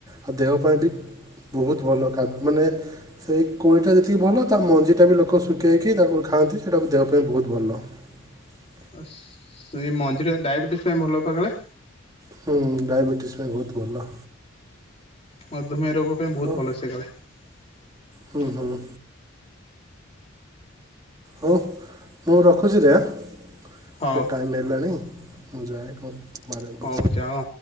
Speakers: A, on the right (about 20°); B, on the left (about 30°).
A: ଆଉ ଦେହ ପାଇଁ ବି ବହୁତ ଭଲ ଖା ମାନେ ସେଇ କୋଳିଟା ଯେତିକି ଭଲ ତା ମଞ୍ଜିଟା ବି ଲୋକ ଶୁଖେଇକି ତାକୁ ଖାଆନ୍ତି ସେଇଟାକୁ ଦେହ ପାଇଁ ବହୁତ <unintelligible>
B: ଆ ସେଇ ମଞ୍ଜିଟା ଡାଇବେଟିସ ପାଇଁ ଭଲ ପା କାଳେ?
A: ହୁଁ ଡାଇବେିଟିସ ପାଇଁ ବହୁତ୍ ଭଲ।
B: ମଧୁମେୟ ରୋଗ ପାଇଁ ବହୁତ୍
A: ହଉ
B: ଭଲ ସିଏ କାଳେ।
A: ହୁଁ ହୁଁ ହୋଉ ମୁଁ ରଖୁଚିରେ ହେଁ।
B: ହଉ
A: ଏ ଟାଇମ ହେଲାଣି। ମୁଁ ଯାଏ ମାରେ
B: ହଉ ଯାଅ।